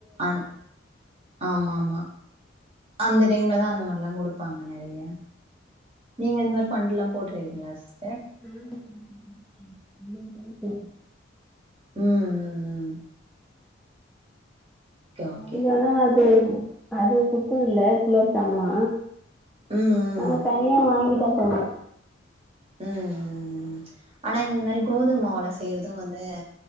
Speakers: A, on the right; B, in the centre.
A: அந் ஆமா ஆமா அந்த டைம்ல தா அந்த மாரிலா குடுப்பாங்க நெறைய நீங்க இந்த மாரி ஃபண்டுலா போட்ருக்கீங்ளா சிஸ்டர்
B: ம் <inaudible>
A: ம் ம் ம் ஓகே ஓகே
B: அது வேனா அது அது குடுத்ததுல குளோப்சாம்லா
A: ம் ம்
B: ஆ தனியா வாங்கிட்ட தோழி
A: ம் ஆனா இந்த மாரி கோதுமாவுல செய்றதும் வந்து